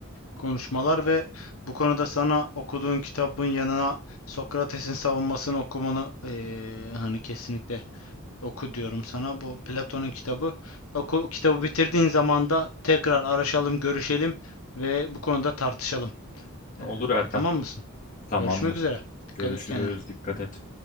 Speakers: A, on the left (about 85°); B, on the left (about 35°).
A: konuşmalar ve bu konuda sana okuduğun kitabın yanına Sokrates'in savunmasını okumanı e, hani kesinlikle oku diyorum sana. Bu Platon'un kitabı. Oku, kitabı bitirdiğin zaman da tekrar araşalım, görüşelim ve bu konuda tartışalım.
B: Olur
A: E,
B: Erkan.
A: tamam mısın?
B: Tamamdır.
A: Görüşmek üzere. Dikkat
B: Görüşürüz.
A: et kendine.
B: Dikkat et.